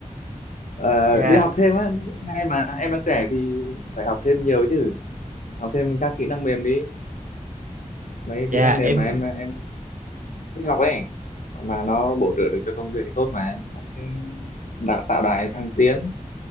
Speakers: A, on the left (about 75°); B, on the right (about 80°).
A: Ờ,
B: dạ
A: đi học thêm á hay mà em đang trẻ thì phải học thêm nhiều chứ học thêm các kỹ năng mềm đi mấy cái
B: dạ
A: kỹ năng mềm
B: em
A: mà em em thích học ấy mà nó bổ trợ được cho công việc thì tốt mà nó sẽ đào tạo đài thăng tiến